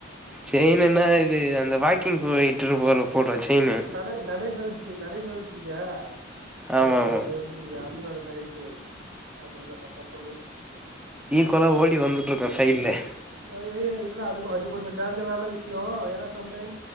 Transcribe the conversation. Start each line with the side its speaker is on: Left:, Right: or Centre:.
Centre: செய்ன்னுனா இது அந்த வாக்கிங் போயிட்ருப்போல போட்ற செய்ன்னு
Right: டை நடைப்பயிர்ச்சி நடைப்பயிர்ச்சிக்கா
Centre: ஆமா
Right: அய்யய்யோ
Centre: ஆமா
Right: முடி அண்ணணோட நகைச்சுவை அப்படிதா அப்பப்ப ஒரே
Centre: இப்பதா ஓடி வந்துட்ருக்கோ சைட்லே
Right: சோல்வே ஏ என்னடா அது அது கொஞ்சோ டேஞ்சரான விஷ்யோ ஏனா சம்டைம்